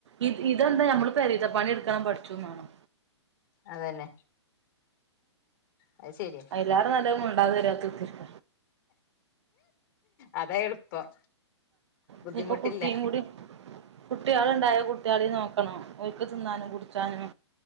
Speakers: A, on the right; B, on the left.
A: ഇ ഇതെന്താ നമ്മള് പരിത പണി എടുക്കണം പഠിച്ചുന്നാണോ
B: അതന്നെ അത് ശരിയാ
A: അയിലഡ് നല്ലത് മുണ്ടാതെ വരുവാത്തത്തിട്ട
B: അതാ എളുപ്പം ബുദ്ധിമുട്ടില്ല
A: ഇനിയിപ്പൊ കുട്ടിയും കൂടി കുട്ടികള ഉണ്ടായ കുട്ടികളി നോക്കണോ ഒക്ക് തിന്നാനും കുടിച്ചാനും